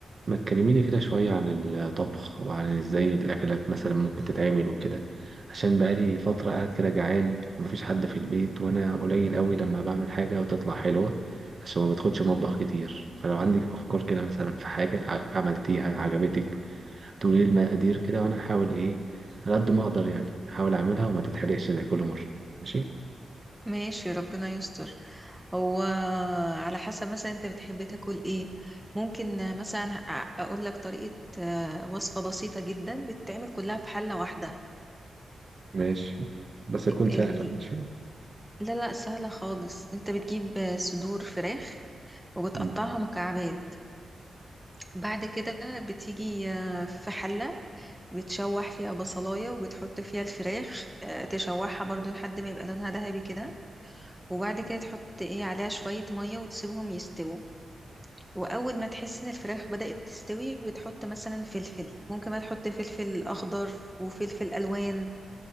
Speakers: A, on the right; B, in the centre.
A: ما تكلميني كده شوية عن الطبخ وعن ازاي الأكلات مثلا ممكن تتعمل وكده عشان بقالي فترة قاعد كده جعان ومفيش حد في البيت وأنا قليل قوي لما بعمل حاجة وتطلع حلوة عشان ما بدخلش مطبخ كتير فلو عندك أفكار كده مثلا في حاجة ع- عملتيها عجبتك تقولي لي المقادير كده وأنا هحاول إيه على قد ما أقدر يعني أحاول أعملها وما تتحرقش زي كل مرة ماشي
B: ماشي ربنا يستر هو على حسب مثلا انت بتحب تاكل ايه ممكن مثلا اقول لك طريقة آه، وصفة بسيطة جدا بتتعمل كلها في حلة واحدة
A: ماشي بس تكون سهلة
B: ال...
A: ماشي
B: لا لا سهلة خالص انت بتجيب صدور فراخ وبتقطعها
A: مم.
B: مكعبات بعد كده بتيجي آه، في حلة بتشوح فيها بصلاية وبتحط فيها الفراخ آه، تشوحها برضو لحد ما يبقى لونها ذهبي كده وبعد كده تحط ايه عليها شوية مية وتسيبهم يستووا واول ما تحس ان الفراخ بدأت تستوي بتحط مثلا فلفل ممكن بقى تحط فلفل اخضر وفلفل الوان